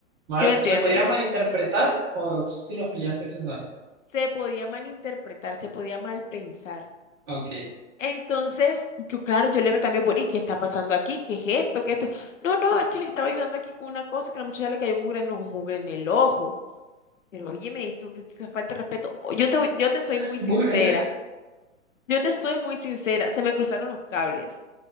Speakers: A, on the left; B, on the right.
A: ¿Sí
B: Mal-
A: me entiendes?
B: ¿se podía malinterpretar o si los pillaste haciendo algo?
A: Se podía malinterpretar, se podía mal pensar.
B: Ok.
A: Entonces, yo, claro, yo le reclamé, bueno, ¿y qué está pasando aquí? ¿Qué es esto? ¿Qué es esto? No, no, es que le estaba ayudando aquí con una cosa que a la muchacha le cayó mugre en los mugre en el ojo. Pero óyeme, esto que esto es falta de respeto. O- Yo te, yo te soy
B: <laughs>
A: muy sincera.
B: Bueno, en
A: Yo te soy muy sincera. Se me cruzaron los cables.